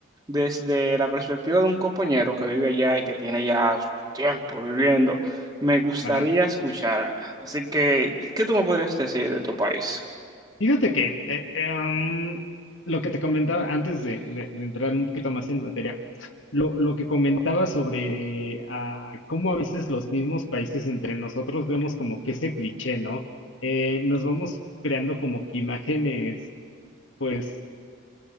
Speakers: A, on the right; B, on the left.
A: desde la perspectiva de un compañero que vive allá y que tiene ya tiempo viviendo, me gustaría
B: ajá.
A: escucharla. Así que, ¿qué tú me podrías decir de tu país?
B: Fíjate que eh, eh, am, lo que te comentaba antes de, de- de entrar un poquito más en materia, lo, lo que comentaba sobre ah, cómo a veces los mismos países entre nosotros vemos como que ese cliché, ¿no? Eh, nos vamos creando como que imágenes, pues,